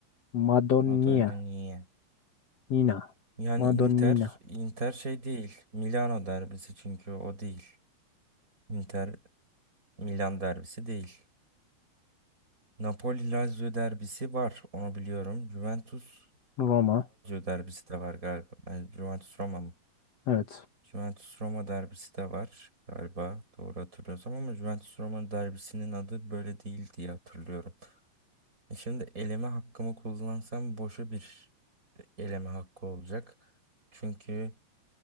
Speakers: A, on the left; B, on the right.
A: Madonia.
B: Madonna niye?
A: Nina.
B: Yani
A: Madonnina.
B: Inter, Inter şey değil. Milano derbisi çünkü o değil. Inter Milan derbisi değil. Napoli-Lazio derbisi var. Onu biliyorum. Juventus-Lazio
A: Roma.
B: derbisi de var galiba. Yani Juventus-Roma mı?
A: Evet.
B: Juventus-Roma derbisi de var galiba. Doğru hatırlıyorsam ama Juventus-Roma derbisinin adı böyle değil diye hatırlıyorum. E şimdi eleme hakkımı kullansam boşa bir eleme hakkı olacak. Çünkü